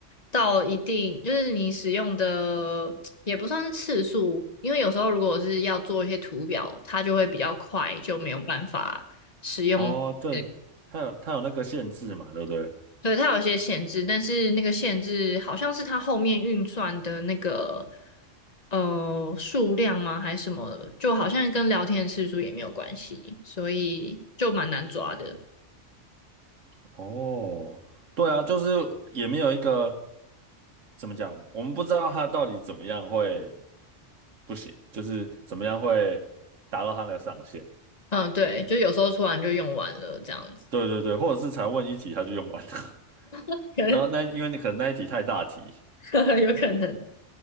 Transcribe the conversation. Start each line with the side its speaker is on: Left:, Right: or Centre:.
Left: 到一定，就是你使用的也不算是次数，因为有时候如果是要做一些图表，它就会比较快，就没有办法使用。
Right: 哦，对，
Left: 对，
Right: 它有它有那个限制嘛，对不对？
Left: 对它有一些限制，但是那个限制好像是它后面运算的那个呃数量吗，还是什么的，就好像跟聊天的次数也没有关系，所以就蛮难抓的。
Right: 哦，对啊，就是也没有一个怎么讲，我们不知道它到底怎么样会不行，就是怎么样会达到它个上限。
Left: 嗯，对，就有时候突然就用完了这样子。
Right: 对对对，或者是才问一题他就用完了，
Left: <laughs>
Right: <laughs> 然后那因为你可能那一题太大题
Left: <laughs> 呵呵有可能